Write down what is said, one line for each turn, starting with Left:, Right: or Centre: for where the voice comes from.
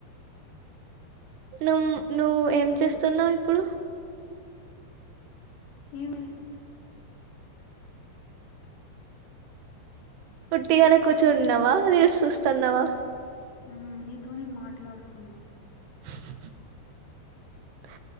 Right: నుమ్ నువ్వు ఏం చేస్తున్నావు ఇప్పుడు
Left: ఏమ్ లే
Right: ఉట్టిగానే కూర్చున్నావా రీల్స్ చూస్తున్నావా
Left: హ్మ్ నీతోనే మాట్లాడుతున్నా
Right: హ్మ్ హు ఆ